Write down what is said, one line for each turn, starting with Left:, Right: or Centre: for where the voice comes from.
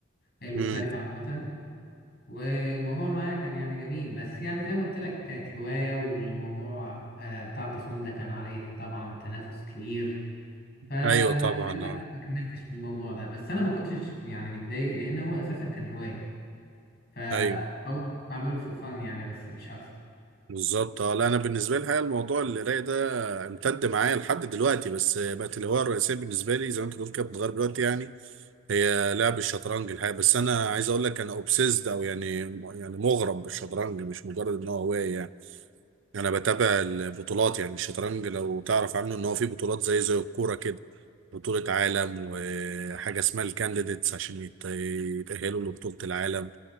Left: المختلفة
Right: مم.
Left: عامة والموضوع معايا كان يعني جميل بس يعني زي ما قلت لك كانت هواية والموضوع آه، بتاع التصميم ده كان عليه طبعا تنافس كبير فللأسف
Right: ايوه طبعا اه
Left: ما كملتش في الموضوع ده بس أنا ما كنتش يعني متضايق لأن هو أساسا كان هواية فهو
Right: ايوه
Left: بعمله فور فن يعني بس مش أكتر
Right: بالظبط اه لا انا بالنسبه لي الحقيقه الموضوع القرايه ده امتد معايا لحد دلوقتي بس بقت الهوايه الرئيسيه بالنسبه لي زي ما انت بتقول كده بتتغير دلوقتي يعني هي لعب الشطرنج الحقيقه بس انا عايز اقول لك انا اوبسيسد او يعني يعني مغرم بالشطرنج مش مجرد ان هو هوايه يعني انا بتابع البطولات يعني الشطرنج لو تعرف عنه ان هو في بطولات زي زي الكوره كده بطوله عالم وحاجه اسمها الكانديديتس عشان يت- يتاهلوا لبطوله العالم